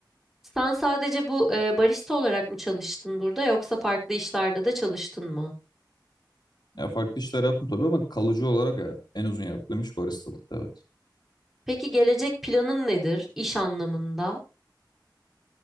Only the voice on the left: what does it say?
Ya farklı işler yaptım tabii ama kalıcı olarak ya en uzun yaptığım iş baristalıktı evet.